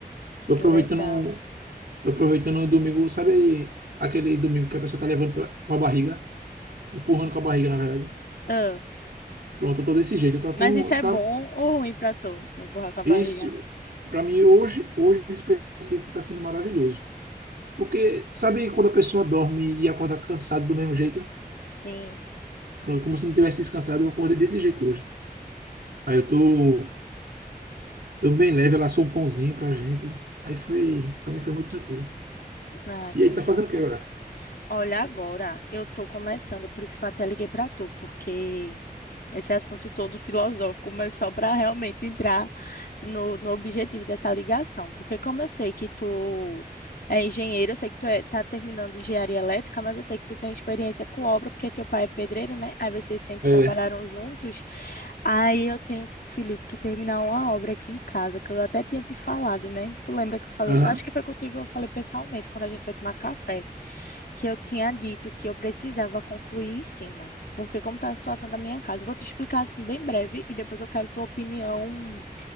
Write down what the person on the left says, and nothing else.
que
legal.
Ah,
mas isso é
bom ou ruim pra tu? Empurrar com a barriga?
Sim.
Ah,
que
mata.
Olha, agora eu tô começando, por isso que eu até liguei pra tu, porque esse assunto todo filosófico, mas só para realmente entrar no, no objetivo dessa ligação. Porque como eu sei que tu é engenheiro, eu sei que tu é, tá terminando engenharia elétrica, mas eu sei que tu tem experiência com obra, porque teu pai é pedreiro, né? Aí vocês sempre
trabalharam juntos. Aí eu tenho, Felipe, que terminar uma obra aqui em casa, que eu até tinha te falado, né? Tu lembra que eu falei?
Acho que foi contigo que eu falei pessoalmente, quando a gente foi tomar café que eu tinha dito que eu precisava concluir em cima. Porque como está a situação da minha casa? Eu vou te explicar assim bem breve e depois eu quero tua opinião